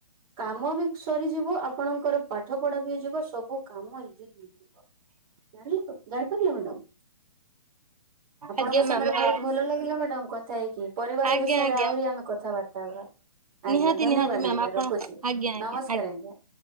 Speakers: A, on the right (about 35°); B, on the right (about 80°).
A: କାମ ବି ସରିଯିବ ଆପଣଙ୍କର ପାଠ ପଢା ବି ହେଇଯିବ ସବୁ କାମ ଇଜିଲି ହେଇଯିବ। ଜନିଲେତ ଜାଣିପାରିଲେ ମାଡମ୍। ଆପଣଙ୍କ
B: ଆଜ୍ଞା
A: ସାଙ୍ଗରେ
B: ମ୍ୟାମ୍
A: ବହୁତ
B: ଆ
A: ଭଲ ଲାଗିଲା ମ୍ୟାଡାାମ କଥା ହେଇକି ପରିବାର
B: ଆଜ୍ଞା
A: ବିଷୟରେ
B: ଆଜ୍ଞା
A: ଆହୁରି ଆମେ କଥାବାର୍ତ୍ତା ହବା ଆଜ୍ଞା
B: ନିହାତି
A: ଧନ୍ୟବାଦ
B: ନିହାତି ମ୍ୟାମ୍
A: ଆଜ୍ଞା
B: ଆପଣ
A: ରଖୁଛି
B: ଆଜ୍ଞା ଆଜ୍ଞା
A: ନମସ୍କାର ଆଜ୍ଞା।